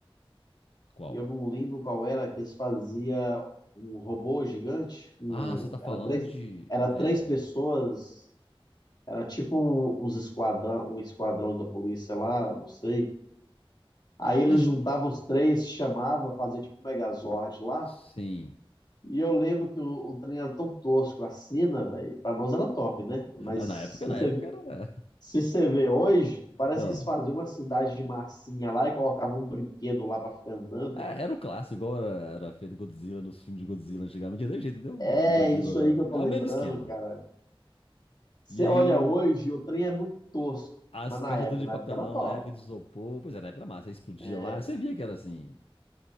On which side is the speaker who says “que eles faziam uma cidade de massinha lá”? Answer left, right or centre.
Left